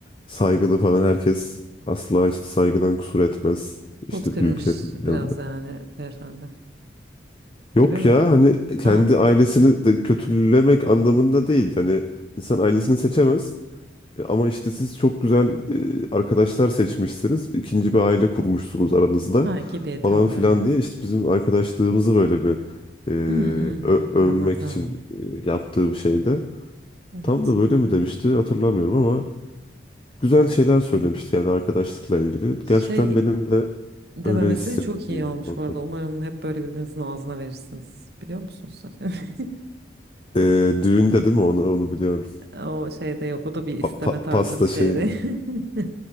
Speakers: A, on the left; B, on the right.
A: saygılı falan herkes asla işte saygıdan kusur etmez.
B: Evet.
A: İşte
B: Pot kırmış
A: büyüklerin
B: biraz
A: yanında.
B: yani beyefendi.
A: Yok
B: Gibi mi?
A: ya hani kendi
B: Ha.
A: ailesini de kötülemek anlamında değil. Hani insan ailesini seçemez. E, Ama işte siz çok güzel e, arkadaşlar seçmişsiniz. İkinci bir aile kurmuşsunuz aranızda
B: Ha gibi. Tamam
A: falan filan
B: evet.
A: diye işte bizim arkadaşlığımızı böyle bir e,
B: Hı hı hı.
A: ö- övmek
B: Anladım.
A: için e, yaptığı bir şeydi.
B: Evet.
A: Tam da böyle mi demişti hatırlamıyorum ama güzel şeyler söylemişti
B: Evet.
A: yani arkadaşlıkla ilgili.
B: Şey
A: Gerçekten benim de
B: dememesi
A: öyle hissettiğim
B: çok iyi olmuş
A: bir noktada.
B: bu arada. Umarım hep böyle birbirinizin ağzına verirsiniz. Biliyor musunuz zaten? <laughs>
A: Ee, düğünde değil mi? Onu, onu biliyorum.
B: O şeyde yok. O da bir isteme
A: Pa- pa-
B: tarzı
A: pasta
B: bir şeydi.
A: şeyin.
B: <laughs>